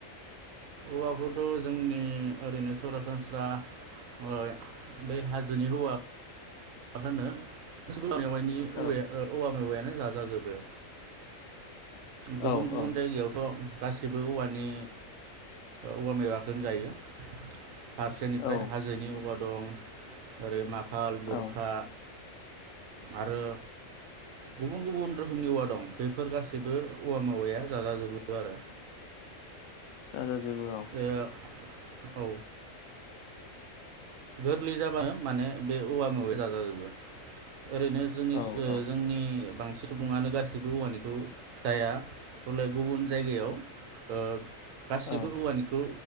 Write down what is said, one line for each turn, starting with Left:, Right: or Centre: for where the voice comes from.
Right: औवाखौथ जोंनि ओरैनो सरासनस्रा ओ बै हाजोनि औवा मा होनो औवा मेवाइनि
Left: औ
Right: औवा ओ औवा मेवाइआ जाजाजोबो।
Left: औ
Right: गुबुन गुबुन
Left: औ
Right: जायगायावथ गासिबो औवानि औवा मेवाखौनो जायो। फारसेनिफ्राय
Left: औ
Right: हाजोनि औवा दं ओरै मा ल गुरखा
Left: औ
Right: आरो गुबुन गुबुन रोखोमनि औवा दं। बेफोर गासिबो औवा मेवाइया जाजाजोबो आरो।
Left: ओ <unintelligible>
Right: ओ औ। गोरलै जाबानो माने बे औवा मेवाइ जाजाजोबो। ओरैनो जोंनि
Left: औ औ
Right: जोंनि बांसिन सुबुङानो गाससिबो औवानिखौ जाया हले गुबुन जायगायाव ओ गासिबो
Left: औ
Right: औवानिखौ